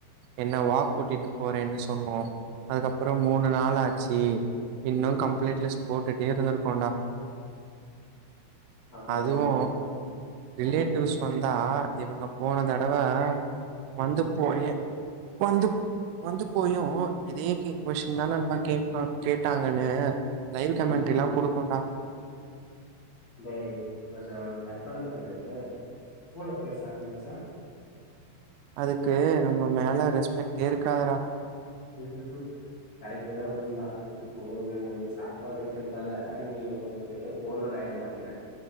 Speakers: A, on the right; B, on the left.
A: என்ன வாக் கூட்டிட்டு போறேன்னு சொல்லு அதுக்கப்றோ மூணு நாள் ஆச்சு இன்னு
B: ம்
A: கம்ப்ளீட் லிஸ்ட் போட்டுட்டே இருந்ருக்கோன்டா
B: அப்புறோ
A: அதுவு
B: நண்பா
A: ரிலேட்டிவ்ஸ்
B: ஓ
A: வந்தா இவுங்க போன தடவ
B: ம்
A: வந்து போயே வந்து வந்து போயு இதே கே
B: ம்
A: கொஸ்ஸின் தா நண்பா கே கேட்டாங்கன்னு லைவ்
B: ம்
A: கமெண்ட்ரில்லா குடுக்கும்டா
B: டேய் மச்சா கற்பன பண்ணே பூன பேச ஆரம்பிச்சா
A: அதுக்கு நம்ம மேல ரெஸ்பெக்டே இருக்காதுரா
B: <unintelligible> கரெக்ட் தா நண்பா ந்தா இப்போ நீ எனக்கு சாப்பாடு வக்கிறதால நீ எனக் ஏ ஓனர் ஆயிட மாட்டே